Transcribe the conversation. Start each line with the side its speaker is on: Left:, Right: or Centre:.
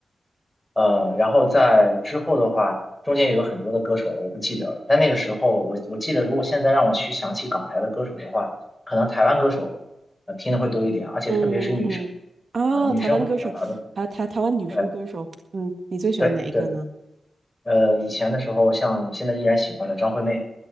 Left: 呃，然后在之后的话，中间有很多的歌手了，我不记得了。但那个时候，我我记得，如果现在让我去想起港台的歌手的话，可能台湾歌手，呃，听的会多一点，而且特别是女生，
Right: 嗯嗯嗯啊，
Left: 啊、女生会比较打动人。
Right: 台湾歌手，台台台湾女生歌手，
Left: 对
Right: 嗯，你最喜欢哪一个呢？
Left: 对对对，呃，以前的时候，像现在依然喜欢的张惠妹，